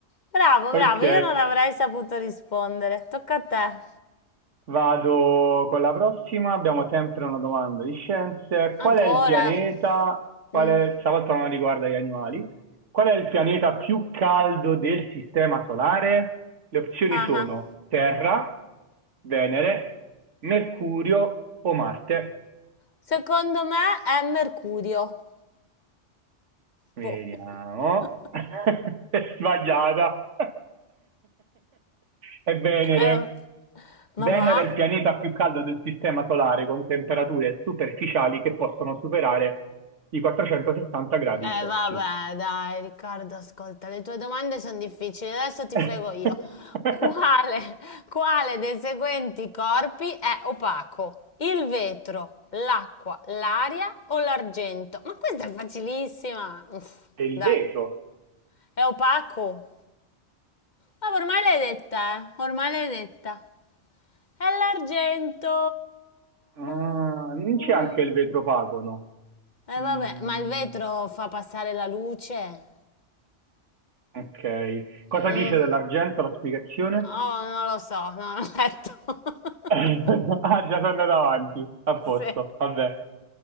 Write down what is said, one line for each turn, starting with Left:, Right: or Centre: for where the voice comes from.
Left: <laughs> Bravo, bravo,
Right: Ok,
Left: io non avrei saputo rispondere. Tocca a te.
Right: vado con la prossima. Abbiamo sempre una domanda di scienze. Qual
Left: Ancora?
Right: è il pianeta? Qual
Left: Mm.
Right: è, stavolta non riguarda gli animali. Qual è il pianeta più caldo del sistema solare? Le opzioni
Left: Ah
Right: sono
Left: ah.
Right: Terra, Venere, Mercurio o Marte.
Left: Secondo me è Mercurio.
Right: Vediamo.
Left: <laughs> Boh. <laughs>
Right: <laughs> È Sbagliata. <laughs> È Venere.
Left: Eh, va-
Right: Venere
Left: ma va?
Right: è il pianeta più caldo del Sistema Solare, con temperature superficiali che possono superare i 460 gradi
Left: Eh
Right: Celsius.
Left: vabbè, dai, Riccardo, ascolta, le tue domande sono difficili, adesso ti
Right: <laughs>
Left: frego io. Quale, quale dei seguenti corpi è opaco? Il vetro, l'acqua, l'aria o l'argento? Ma questa è facilissima. Uff,
Right: E il
Left: dai,
Right: vetro.
Left: è opaco. Ma ormai l'hai detta, eh? Ormai l'hai detta. È l'argento.
Right: Ah,
Left: Mm.
Right: non c'è anche il vetrofagono.
Left: E eh,
Right: Mm,
Left: vabbè, ma il vetro fa passare la luce?
Right: ok. Cosa
Left: Mm.
Right: dice dell'argento la spiegazione?
Left: No, non lo so, non ho letto. <laughs>
Right: <laughs> Ah, già sono andato avanti. A posto,
Left: Sì.
Right: vabbè.